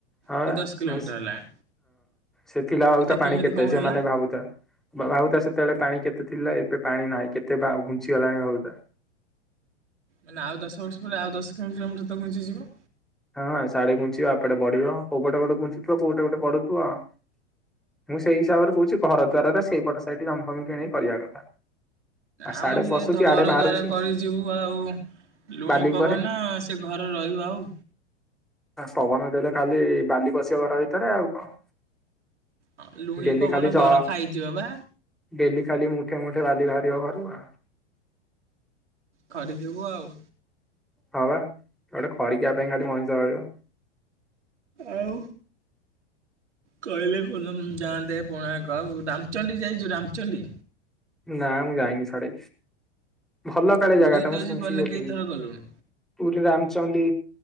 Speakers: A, in the centre; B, on the right.
A: ହଁ
B: କି ଦଶ କିଲୋମିଟର
A: ହଁ
B: ହେଲାଣି
A: ସେ ଥିଲା ଭାବୁତା
B: ଏଇଟା
A: ପାଣି
B: କେମିତି
A: କେତେ
B: କଣ
A: ସେମାନେ
B: ହେଲା?
A: ଭାବୁଥା ଭାବୁଥା ସେତେବେଳେ ପାଣି କେତେ ଥିଲା ଏବେ ପାଣି ନାହିଁ କେତେ ଘୁଞ୍ଚି ଗଲାଣି ଭାବ ତା
B: ମାନେ ଆଉ ଦଶ ବର୍ଷ ପରେ ଆଉ ଦଶ କିଲୋ କିଲୋମିଟର ତ ପହଞ୍ଚିଯିବ।
A: ହଁ ଶାଢୀ ଘୁଞ୍ଚିବ ଏପଟେ ବଢିବ କୋଉ ପଟେ ଗୋଟେ ଘୁଞ୍ଚୁଥିବ କୋଉଟେ ଗୋଟେ ବଢୁଥିବଉଁ ସେଇ ହିସାବରେ କହୁଛି ଘର ଦ୍ଵାରରେ ସେଇ ପଟ ଶାଢୀ ଜମଫମ କିଣି କରିବା କଥା ଆଉ
B: ଆମେ
A: ସାଡେ
B: ସେ
A: ପଶୁଛି
B: ଘର
A: ଆଡେ ବାହାରୁଛି
B: ଦ୍ଵାରା କରିଯିବୁ ଆଉ ଲୁଣି
A: ବାଲି ଉପରେ
B: ପବନ ସେ ଘରେ ରହିବ ଆଉ।
A: ପବନ ଦେଲେ ଖାଲି ବାଲି ପଶିବା ଘର ଭିତରେ ଆଉ କଣ?
B: ହଁ ଲୁଣି
A: ଡଲି
B: ପବନ
A: ଖାଲି ଯ
B: ଘର ଖାଇଯିବ ବା
A: ଡଲି ଖାଲିଠେ ମୋଠେ ରାଲି ରା ଦେହ ଘର ବା
B: ଖ ଯିବୁ ଆଉ।
A: ହଁ ବା ଗୋଟେ ଖରିକିବା ପାଇଁ ଖାଲି ମଣିଷ ରିବ
B: ଆଉ କହିଲେ କୁ ଯାଆନ୍ତେ ପୁଣା କ ରାମଚଣ୍ଡୀ ଯାଇଛୁ ରାମଚଣ୍ଡୀ
A: ନା ମୁଁ ଯାାଇନି ସାଡେ ଭଲ କାଳି
B: ପୁରୀ
A: ଜାଗା ଟା
B: ତ
A: ମୁଁ ଶୁଣିଛି
B: ଜୀବନରେ
A: ଯେତିକି
B: କେଇଥର ଗଲୁଣୁ
A: ପୁରୀ ରାମଚଣ୍ଡୀ